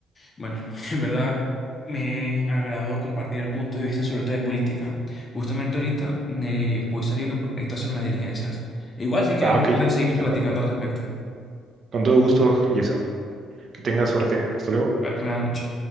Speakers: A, on the left; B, on the right.
A: bueno, <laughs> en verdad me agradó compartir el punto de vista sobre todo de política. Justamente ahorita me voy saliendo porque necesito hacer unas diligencias. Igual si quieres
B: Ah,
A: más
B: ok,
A: tarde seguimos
B: de
A: platicando
B: acuerdo.
A: al respecto.
B: Con todo gusto, Jason. Que tengas suerte. Hasta luego.
A: Vale, Buenas noches.